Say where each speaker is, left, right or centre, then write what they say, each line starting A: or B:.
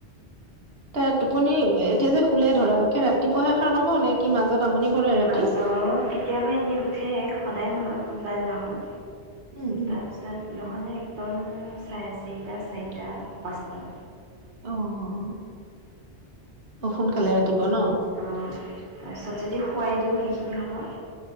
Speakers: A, on the right; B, on the right.
A: তাৰ টোপনি এতিয়া যে, শুলে ধৰা একে ৰাতিপুৱাহে সাৰ পাব নে, কি মাজত, আমনি কৰে ৰাতি
B: মাজত কেতিয়াবা এনেই উঠে, সদায় নহয়। কোনোবা এদিনা খন
A: উম উম
B: তাৰপিছত নহ'লে একদম। চাৰে চাৰিটা, চাৰিটা, পাঁচটা।
A: অ', অ', সোনকালে ৰাতিপুৱা। ক, ন
B: অঁ তাৰপিছত যদি খোৱাই দিওঁ, সেইখিনি সময়